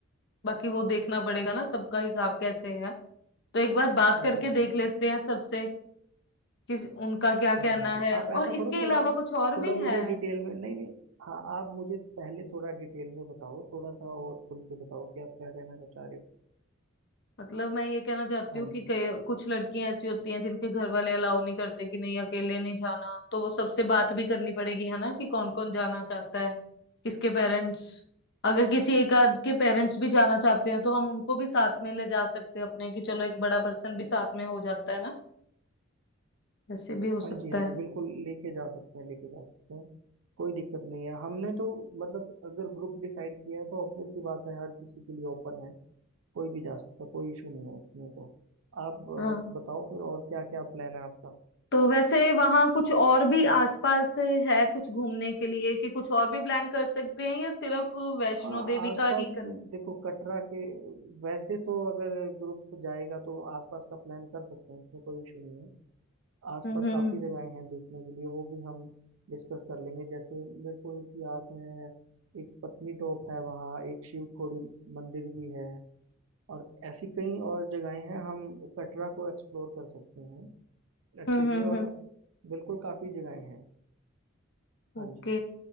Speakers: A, on the left; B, on the right.
A: बाकी वो देखना पड़ेगा ना सबका हिसाब कैसे है तो एक बार बात
B: हाँ
A: करके
B: जी हाँ
A: देख
B: जी
A: लेते हैं सबसे कि उनका क्या
B: हाँ जी
A: कहना
B: हाँ जी
A: है
B: आप
A: और
B: ऐसा करो
A: इसके
B: थोड़ा
A: अलावा कुछ और
B: थोड़ा
A: भी
B: मुझे
A: है
B: डिटेल में नहीं नहीं हाँ आप मुझे पहले थोड़ा डिटेल में बताओ थोड़ा सा और खुल के बताओ कि आप क्या कहना चाह रहे हो
A: मतलब मैं ये कहना चाहती
B: हाँ
A: हूँ कि
B: जी
A: कई कुछ लड़कियां ऐसी होती हैं जिनके घर वाले अलाउ नहीं करते कि नहीं अकेले नहीं जाना तो वो सबसे बात भी करनी पड़ेगी है ना कि कौन कौन जाना चाहता है किसके पेरेंट्स अगर किसी एक आध के पेरेंट्स भी जाना चाहते हैं तो हम उनको भी साथ में ले जा सकते हैं अपने कि चलो एक बड़ा पर्सन भी साथ में हो जाता है ना ऐसे भी हो सकता
B: हाँ जी हाँ जी
A: है
B: बिल्कुल लेके जा सकते हैं लेके जा सकते हैं कोई दिक्कत नहीं है हमने तो मतलब अगर ग्रुप डिसाइड किया है तो ऑब्वियस सी बात है हर किसी के लिए ओपन है कोई भी जा सकता है कोई इशू नहीं है इसमें तो आप
A: हाँ
B: अ, बताओ फिर और क्या क्या प्लान है आपका
A: तो वैसे वहां कुछ और भी आसपास है कुछ घूमने के लिए कि कुछ और भी प्लान कर सकते हैं या सिर्फ वैष्णो
B: हाँ
A: देवी
B: आसपास
A: का ही करना
B: देखो कटरा के वैसे तो अगर ग्रुप जाएगा तो आसपास का प्लान कर सकते हैं इसमें कोई इशू नहीं है आसपास
A: हम्म हम्म
B: काफ़ी जगहें हैं देखने के लिए वो भी हम डिस्कस कर लेंगे जैसे मेरे को एक याद है एक पत्नीटॉप है वहाँ एक शिवखोड़ी मंदिर भी है और ऐसी कई और जगहें हैं हम कटरा को एक्सप्लोर कर सकते हैं अच्छे
A: हम्म हम्म
B: से और
A: हम्म,
B: बिल्कुल काफ़ी जगहें हैं हाँ
A: ओके
B: जी